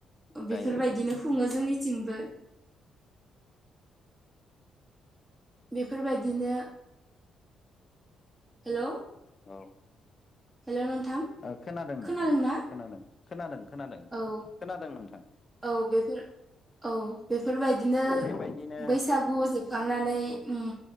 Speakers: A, on the right (about 20°); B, on the left (about 35°).
A: बेफोरबायदिनो
B: जायो जायो
A: खुङो जोंनिथिंबो <inaudible> बेफोरबायदिनो <inaudible> हेलौ
B: औ
A: हेलौ नोंथां
B: <inaudible> खोनादों नोंथां
A: खोनादोंना
B: खोनादों खोनादों। खोनादों
A: औ
B: खोनादों नों
A: औ बेफोर, औ बेफोरबायदिनो
B: बेबायदिनो
A: बैसागु जोबखांनानै
B: औ
A: उम